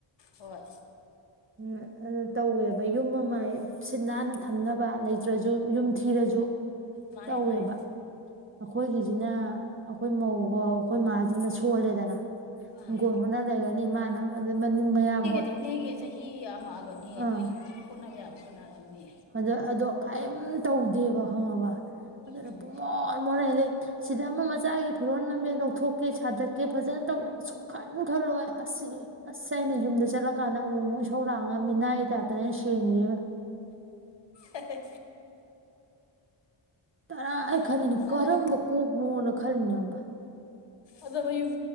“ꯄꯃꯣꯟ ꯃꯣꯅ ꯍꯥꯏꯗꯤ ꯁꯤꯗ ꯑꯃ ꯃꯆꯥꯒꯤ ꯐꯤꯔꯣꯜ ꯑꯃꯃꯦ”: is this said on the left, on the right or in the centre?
Right